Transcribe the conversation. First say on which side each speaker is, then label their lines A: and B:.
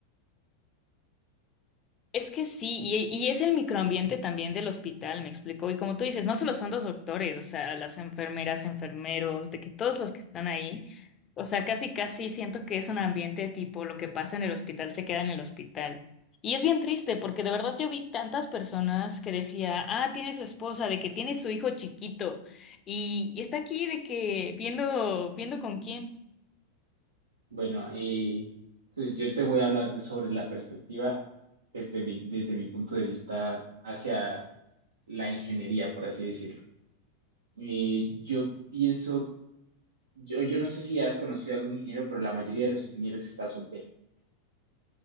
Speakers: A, on the left (about 30°); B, on the right (about 75°).
A: Es que sí, y, y es el microambiente también del hospital, me explico. Y como tú dices, no solo son los doctores, o sea, las enfermeras, enfermeros, de que todos los que están ahí, o sea, casi casi siento que es un ambiente tipo lo que pasa en el hospital se queda en el hospital. Y es bien triste porque de verdad yo vi tantas personas que decía, ah, tiene su esposa, de que tiene su hijo chiquito y, y está aquí de que viendo, viendo con quién.
B: Bueno, eh, entonces yo te voy a hablar de- sobre la perspectiva desde mi, desde mi punto de vista hacia la ingeniería, por así decirlo. Eh, yo pienso Yo, yo no sé si has conocido a algún ingeniero, pero la mayoría de los ingenieros está soltero.